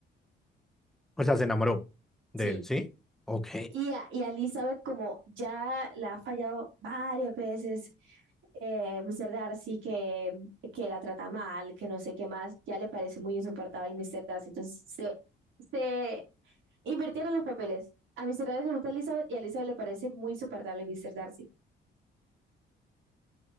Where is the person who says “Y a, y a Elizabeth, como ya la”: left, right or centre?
Right